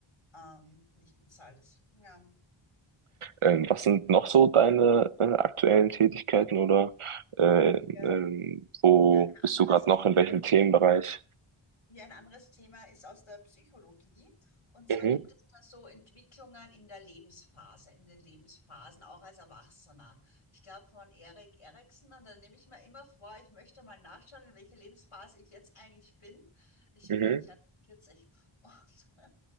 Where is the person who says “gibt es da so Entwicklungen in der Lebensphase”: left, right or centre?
Left